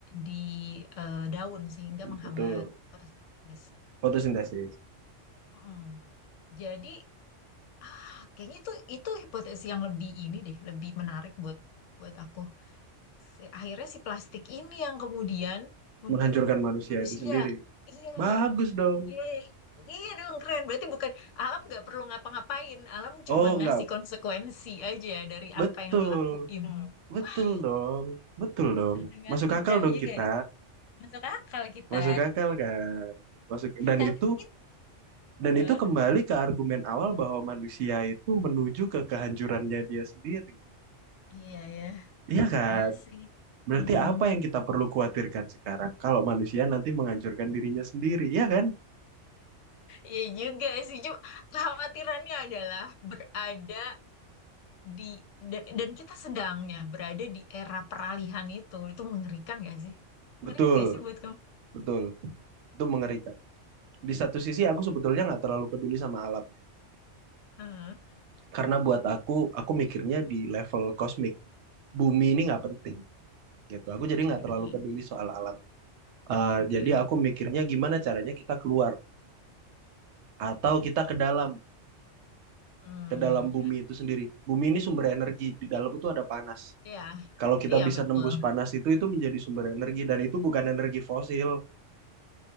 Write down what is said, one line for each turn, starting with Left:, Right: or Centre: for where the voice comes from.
Left: di eh, daun sehingga
Right: betul.
Left: menghambat fotosintesis.
Right: Fotosintesis
Left: Mm-mm. Jadi ah kayaknya itu itu hipotesis yang lebih ini deh, lebih menarik buat buat aku. Se- Akhirnya si plastik ini yang kemudian membunuh
Right: menghancurkan manusia
Left: manusia.
Right: itu sendiri.
Left: Iya,
Right: Bagus dong.
Left: Yeay. Iya dong keren. Berarti bukan alam nggak perlu ngapa-ngapain. Alam
Right: Oh,
Left: cuma ngasih
Right: enggak.
Left: konsekuensi aja dari
Right: Betul,
Left: apa yang lu lakuin. Hmm.
Right: betul
Left: Wah,
Right: dong, betul dong.
Left: terdengar
Right: Masuk
Left: indah
Right: akal dong
Left: juga
Right: kita,
Left: ya. Masuk akal kita.
Right: masuk akal kan. Masuk dan
Left: Tapi
Right: itu
Left: gitu.
Right: dan
Left: Eh,
Right: itu kembali ke argumen awal bahwa manusia itu menuju ke kehancurannya dia sendiri.
Left: Iya ya.
Right: Iya kan?
Left: Iya sih.
Right: Berarti
Left: Mm-mm.
Right: apa yang kita perlu khawatirkan sekarang kalau manusia nanti menghancurkan dirinya sendiri, iya kan?
Left: Iya juga sih. Cuma kekhawatirannya adalah berada di dan, dan kita sedangnya berada di era peralihan itu. Itu mengerikan gak sih? Mengerikan
Right: Betul,
Left: gak sih buat kamu?
Right: betul. Itu mengerikan. Di satu sisi aku sebetulnya nggak terlalu peduli sama alam.
Left: Hah,
Right: Karena buat aku, aku mikirnya di level kosmik. Bumi ini nggak penting. gitu. Aku jadi nggak
Left: Oke,
Right: terlalu peduli soal alam. Eh,
Left: oke.
Right: jadi aku mikirnya gimana caranya kita keluar atau kita ke dalam,
Left: Hmm.
Right: ke dalam bumi itu sendiri. Bumi ini sumber energi, di dalam itu ada panas.
Left: Iya,
Right: Kalau kita
Left: iya
Right: bisa
Left: betul.
Right: nembus panas itu itu menjadi sumber energi dan itu bukan energi fosil,